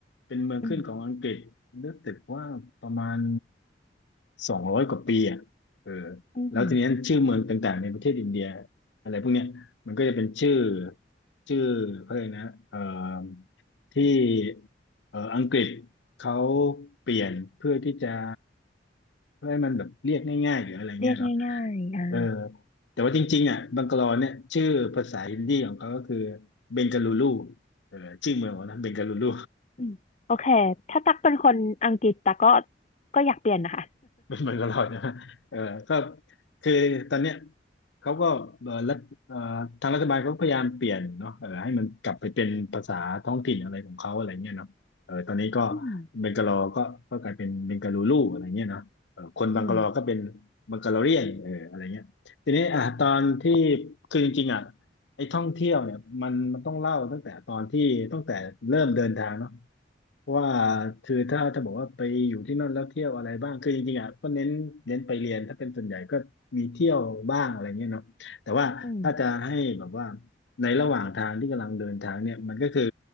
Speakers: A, on the left; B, on the left.
A: เป็นเมืองขึ้นของอังกฤษรู้สึกว่าประมาณ
B: อืม
A: สองร้อยกว่าปีอ่ะเออแล้วทีนี้ชื่อเมืองต่างๆในประเทศอินเดีย
B: อืม
A: อะไรพวกเนี้ยมันก็จะเป็นชื่อชื่อเขาเลยกนะเอ่อที่เอ่ออังกฤษเขาเปลี่ยนเพื่อที่จะเพื่อให้มันแบบเรียกง่ายๆหรืออะไรเงี้ยเนาะ
B: เรียกง่ายๆอ่า
A: เออแต่ว่าจริงๆอ่ะบังกลอเนี่ยชื่อภาษาฮินดีของเขาก็คือเบงกาลูรูเออชื่อเมืองเขานะเบงกาลูรู
B: อืมโอเคถ้าตักเป็นคนอังกฤษตักก็ก็อยากเปลี่ยนนะคะ
A: เป็นเหมือนกับเราใช่ไหมเออก็คือตอนเนี้ยเขาก็เออรัฐเอ่อทางรัฐบาลเขาก็พยายามเปลี่ยนเนาะเออให้มันกลับไปเป็นภาษาท้องถิ่นอะไรของเขาอะไรเงี้ยเนาะเออตอนนี้ก็
B: อืม
A: เบงกาลอก็ก็กลายเป็นเบงกาลูรูอะไรเงี้ยเนาะเออคนบังกาลอก็เป็น
B: อืม
A: บังกาลอเรียนเอออะไรเงี้ยทีนี้อ่ะตอนที่คือจริงๆอ่ะไอ้ท่องเที่ยวเนี่ยมันมันต้องเล่าตั้งแต่ตอนที่ตั้งแต่เริ่มเดินทางเนาะ ว่าคือถ้าถ้าบอกว่าไปอยู่ที่นั่นแล้วเที่ยวอะไรบ้างคือจริงๆอ่ะก็เน้นเน้นไปเรียนถ้าเป็นส่วนใหญ่ก็มีเที่ยวบ้างอะไรเงี้ยเนาะแต่ว่าถ้าจะให้แบบว่า
B: อืม
A: ในระหว่างทางที่กำลังเดินทางเนี่ยมันก็คือ